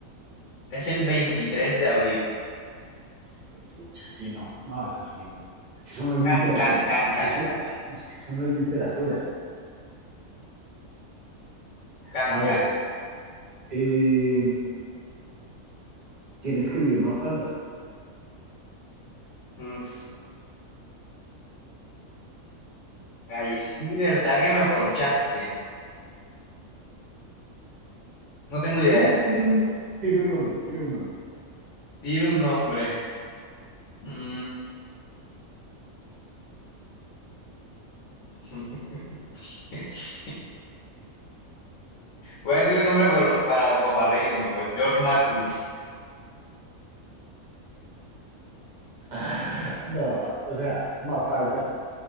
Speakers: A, on the left (about 65°); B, on the right (about 45°).
A: es el veintitrés de abril.
B: Fue Pucha, sí, no. No, es así. no. Es que eso no es
A: Casi,
B: literatura.
A: casi, casi, casi,
B: Eso,
A: casi.
B: es que eso no es literatura.
A: Casi,
B: A ver,
A: casi.
B: eh, ¿quién escribió Mafalda?
A: Mm, ahí sí, ¿verdad que me corchaste? No tengo idea.
B: Tire, tire un, tire un nombre, tire un nombre.
A: Tira un nombre. Mm. <laughs> <laughs> Voy a decir un nombre para, para, como para reírnos, pues. George Martin.
B: <laughs> No, o sea, Mafalda